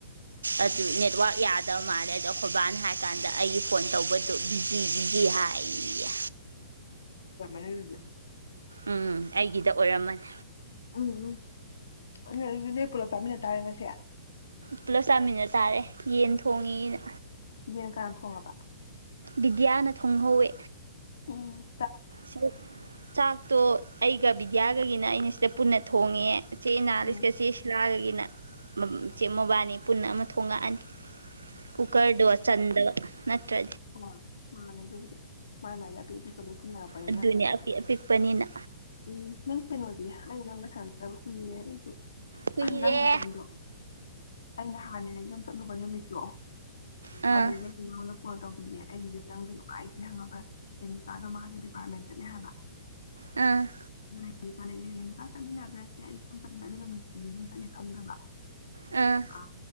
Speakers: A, on the right; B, on the left.
A: ꯑꯗꯨ ꯅꯦꯠꯋꯥꯛ ꯌꯥꯗꯕ ꯃꯥꯜꯂꯦ ꯑꯗꯣ ꯑꯩꯈꯣꯏꯕꯥꯟ ꯍꯥꯏ ꯀꯥꯟꯗ ꯑꯩ ꯐꯣꯟ ꯇꯧꯕꯗꯨ ꯕꯤꯖꯤ ꯕꯤꯖꯤ ꯍꯥꯏꯌꯦ
B: ꯀꯃꯥꯅꯗꯨꯗꯤ
A: ꯎꯝ ꯑꯩꯒꯤꯗ ꯑꯣꯏꯔꯝꯃꯅꯤ
B: ꯎꯝ ꯎꯝ ꯑꯗꯨ ꯑꯗꯨ ꯅꯣꯏ ꯄꯨꯂꯞ ꯆꯥꯃꯤꯟꯅ ꯇꯥꯔꯦ ꯉꯁꯦ
A: ꯄꯨꯂꯞ ꯆꯥꯃꯤꯟꯅ ꯇꯥꯔꯦ ꯌꯦꯟ ꯊꯣꯡꯉꯤꯅ
B: ꯌꯦꯟ ꯀꯅꯥ ꯊꯣꯡꯉꯕ
A: ꯕꯤꯗ꯭ꯌꯥꯅ ꯊꯣꯡꯍꯧꯋꯦ
B: ꯑꯣ
A: ꯁꯤ ꯆꯥꯛꯇꯣ ꯑꯩꯒ ꯕꯤꯗ꯭ꯌꯥꯒꯒꯤꯅ ꯑꯩꯅ ꯁꯤꯗ ꯄꯨꯟꯅ ꯊꯣꯡꯉꯦ ꯆꯦꯅꯥꯂꯤꯁꯀ
B: ꯎꯝ
A: ꯆꯦꯁꯤꯂꯥꯒꯒꯤ ꯅ ꯃ ꯆꯦ ꯃꯣꯕꯥꯏꯅꯤ ꯄꯨꯟꯅ ꯑꯃ ꯊꯣꯡꯉꯛꯑꯅꯤ ꯀꯨꯀꯔꯗꯣ ꯆꯟꯗ ꯅꯠꯇ꯭ꯔ
B: ꯑꯣ ꯃꯥꯅꯦ ꯑꯗꯨꯕꯨꯗꯤ ꯃꯥꯏ ꯃꯥꯏꯒꯤ ꯑꯄꯤꯄꯤꯄ ꯄꯨꯅꯔꯛꯄꯅꯤꯅ
A: ꯑꯗꯨꯅꯦ ꯑꯄꯤꯛ ꯑꯄꯤꯛꯄꯅꯤꯅ
B: ꯎꯝ ꯅꯪ ꯀꯩꯅꯣꯗꯤ ꯑ ꯅꯪ ꯁꯥꯟꯗꯕꯨ ꯈꯨ ꯌꯥꯁꯨ
A: ꯀꯨꯏꯔꯦ
B: ꯑ ꯅꯪꯒꯗꯣ ꯑꯩꯅ ꯍꯥꯟꯅꯦ ꯌꯨꯝ ꯆꯠꯂꯨꯕ ꯅꯨꯃꯤꯠꯇꯣ
A: ꯑꯥ
B: ꯑꯗꯅ ꯇ ꯄꯤꯅꯦ ꯑꯦ ꯈꯤꯇꯪꯁꯨ ꯅꯨꯡꯉꯥꯏꯇꯦ ꯍꯪꯉꯕ ꯀꯦꯅꯤꯀꯥꯗꯣ ꯃꯥꯁꯨ ꯗꯤꯄꯥꯔꯠꯃꯦꯟ ꯆꯠꯅꯦ ꯍꯥꯏꯕ
A: ꯑ
B: ꯀꯀꯥ ꯂꯩꯅꯤꯀꯥ ꯆꯠꯃꯤꯟꯅꯈ꯭ꯔꯁꯦ ꯑꯩ ꯑꯗꯨꯝ ꯆꯠ ꯑꯗꯨ ꯅꯨꯃꯤꯠꯇꯅꯤ ꯑꯗꯨꯝ ꯆꯠꯂꯦ ꯈꯪꯗꯕ
A: ꯑꯥ
B: ꯑ